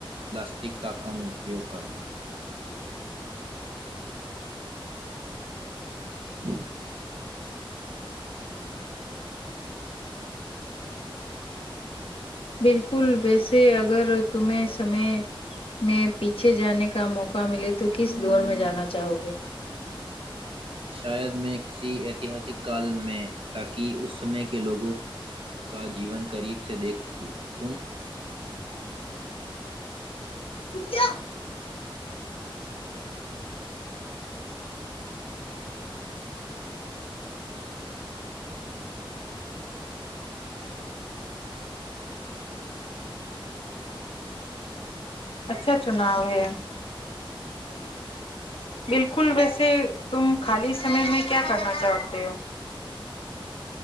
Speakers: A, on the right; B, on the left.
A: پلاسٹک کا کم اپیوگ کرنا ہاں
B: بالکل ویسے اگر تمہیں سمے میں پیچھے جانے کا موقع ملے تو کس دور میں جانا چاہو گے
A: شاید میں کسی ایتہاسک کال میں تاکہ اس سمے کے کے لوگوں کا جیون قریب سے دیکھ سکوں تم
B: کٹیا اچھا چناؤ ہے بالکل ویسے تم خالی سمے میں کیا کرنا چاہتے ہو